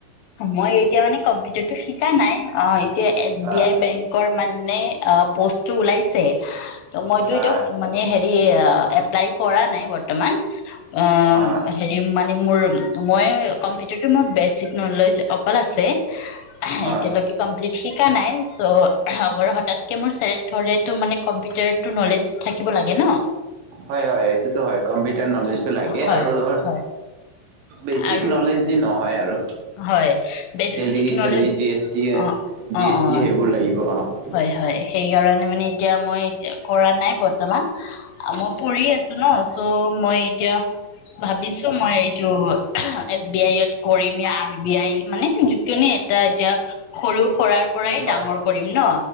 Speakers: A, on the left; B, on the right.
A: মই এতিয়া মানে কম্পিউটাৰতটো শিকা নাই, অ', এতিয়া এছ বি
B: অ
A: আই বেংকৰ মানে, অ', পষ্টটো ওলাইছে। ত' মইতো এতিয়া
B: আহ
A: মানে হেৰি, এপ্লাই কৰা নাই বৰ্তমান। অ',
B: আহ
A: হেৰি মানে মোৰ মই কম্পিউটাৰতো মই বেছি নলেজ অকল আছে।
B: আহ
A: এতিয়ালৈকে কমপ্লিট শিকা নাই, চ' অগৰ হতাত কে মোৰ চিলেক্ট হলেটো, মানে কম্পিউটাৰটো নলেজ থাকিব লাগে ন'।
B: হয় হয়, সেইটোতো হয়। কম্পিউটাৰ নলেজটো লাগে
A: হয়
B: আৰু তোমাৰ,
A: হয়
B: বেচিক
A: আৰু
B: নলেজ দি নহয় আৰু।
A: হয় basic
B: tele
A: knowledge,
B: চেলি G S T
A: অ',
B: জি
A: অ',
B: এছ
A: অ',
B: টি সেইবোৰ লাগিব অ অ
A: হয় হয়, সেইকাৰণে মানে এতিয়া মই এতিয়া কৰা নাই বৰ্তমান, মই পঢ়ি আছোঁ ন', চ' মই এতিয়া ভাবিছো মই এইটো এছ বি আইত কৰিম। <unintelligible> আৰ বি আই মানে, যিকোনো এটা এতিয়া সৰু সৰা পৰাই
B: হয়
A: ডাঙৰ কৰিম ন'।